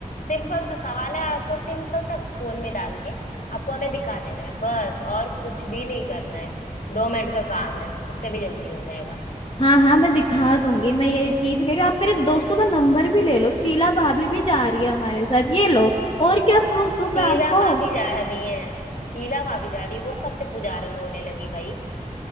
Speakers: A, on the left; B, on the left.
A: सिंपल सा सवाल है आपको सिंपल सा फोन में डाल के आपको हमें दिखा देना है बस और कुछ भी नहीं करना है दो मिनट का काम है उससे भी जल्दी हो जाएगा
B: हाँ हाँ मैं दिखा दूंगी मैं ये यही तो कह रही हूँ आप मेरे दोस्तों का नंबर भी ले लो शीला भाभी भी जा रही है हमारे साथ ये लो और क्या प्रूफ दूं मैं
A: शीला
B: आपको
A: भाभी जा रही है शीला भाभी जा रही वो कब से पुजारन होने लगी भाई